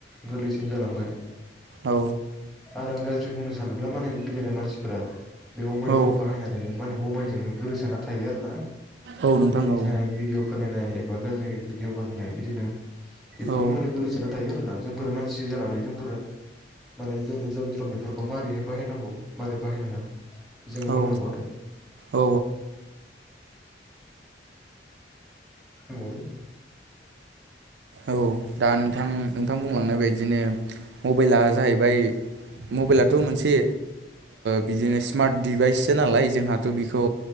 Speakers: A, in the centre; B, on the right.
A: गोरलैसिन जालांबाय।
B: औ।
A: आरो आं गाज्रि बुंनो सानोब्ला माने गिदिरनो मानसिफोरा बे मबाइलखौ
B: औ
A: बाहायनानैनो माने मबाइलजों नों गोरोसोना थायो आरो ना।
B: औ नोंथां
A: एनिटाइम
B: औ
A: भिडिअ फरायनाय एबा गाज्रि भिदिअ' फरायनाय बिदिनो। बेफ्रावनो
B: औ
A: माने गोलैसोना थायो आरोना। जोंफोर मानसि जानानै जोंफोरो माने जोंफोर जन्थ्र बेफोरखौ माबोरैहाय बाहायनांगौ मारै बाहायनाङा जों
B: औ
A: रोंनांगौ आरो।
B: औ
A: <unintelligible>
B: औ दा नोंथां नोंथां बुंलांनाय बायदिनो मबाइला जाहैबाय मबाइलाथ' मोनसे बिदिनो स्मार्ट डिभाइससो नालाय जोंहाथ' बिखौ